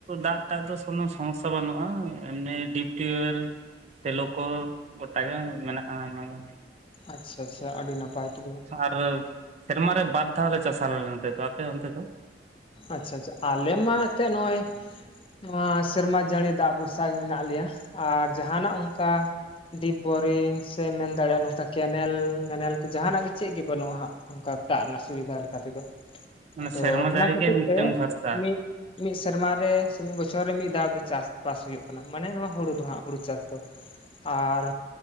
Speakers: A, on the right (about 35°); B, on the left (about 30°).
A: ᱫᱟᱜ ᱴᱟᱜ ᱫᱚ ᱠᱚᱱᱳ ᱥᱚᱢᱚᱥᱟ ᱵᱟᱹᱱᱩᱜ-ᱟ ᱚᱱᱮ ᱰᱤᱯ ᱴᱤᱭᱩᱵᱮᱞ ᱥᱮᱞᱳ ᱠᱚ ᱜᱚᱴᱟ ᱜᱮ ᱢᱮᱱᱟᱜ-ᱟ ᱟᱭᱢᱟ ᱜᱮ,
B: ᱟᱪᱪᱷᱟ ᱟᱪᱪᱷᱟ ᱟᱹᱰᱤ ᱱᱟᱯᱟᱭ ᱛᱚᱵᱮ᱾
A: ᱟᱨ ᱥᱮᱨᱢᱟᱨᱮ ᱵᱟᱨ ᱫᱷᱟᱣ ᱞᱮ ᱪᱟᱥᱟ ᱟᱞᱮ ᱱᱚᱛᱮᱫᱚ ᱟᱯᱮ ᱚᱱᱛᱮ ᱫᱚ?
B: ᱟᱪᱪᱷᱟ ᱟᱪᱪᱷᱟ ᱟᱞᱮ ᱢᱟ ᱮᱱᱛᱮᱫ ᱱᱚᱜ-ᱚᱭ ᱱᱚᱣᱟ ᱥᱮᱨᱢᱟ ᱡᱟᱹᱲᱤ ᱫᱟᱜ ᱵᱷᱚᱨᱥᱟ ᱜᱮ ᱢᱮᱱᱟᱜ ᱞᱮᱭᱟ ᱟᱨ ᱡᱟᱦᱟᱱᱟᱜ ᱚᱱᱠᱟ ᱰᱤᱯ ᱵᱳᱨᱤᱝ ᱥᱮᱢ ᱢᱮᱱ ᱫᱟᱲᱮᱭᱟᱜ-ᱟ ᱱᱚᱝᱠᱟ ᱠᱮᱱᱮᱞ ᱢᱮᱱᱮᱞ ᱠᱚ ᱡᱟᱦᱟᱱᱟᱜ ᱜᱮ ᱪᱮᱫ ᱜᱮ ᱵᱟᱹᱱᱩᱜ-ᱟ ᱦᱟᱸᱜ᱾ ᱱᱚᱝᱠᱟ ᱫᱟᱜ ᱨᱮᱱᱟᱜ ᱥᱩᱵᱤᱫᱷᱟ ᱞᱮᱠᱟ ᱛᱮᱫᱚ,
A: ᱢᱟᱱᱮ
B: ᱟᱫᱚ
A: ᱥᱮᱨᱢᱟ
B: ᱚᱱᱟ
A: ᱡᱟᱹᱲᱤ
B: ᱠᱷᱟᱹᱛᱤᱨ
A: ᱜᱮ ᱢᱤᱫᱴᱮᱱ
B: ᱛᱮ
A: ᱵᱷᱚᱨᱥᱟ,
B: ᱢᱤᱫ ᱢᱤᱫ ᱥᱮᱨᱢᱟᱨᱮ ᱥᱮ ᱢᱤᱫ ᱵᱚᱪᱷᱚᱨ ᱨᱮ ᱢᱤᱫ ᱫᱷᱟᱣ ᱜᱮ ᱪᱟᱥᱵᱟᱥ ᱦᱩᱭᱩᱜ ᱠᱟᱱᱟ, ᱢᱟᱱᱮ ᱱᱚᱣᱟ ᱦᱩᱲᱩ ᱫᱚ ᱦᱟᱸᱜ ᱦᱩᱲᱩ ᱪᱟᱥ, ᱛᱚ <inaudible> ᱟᱨᱻ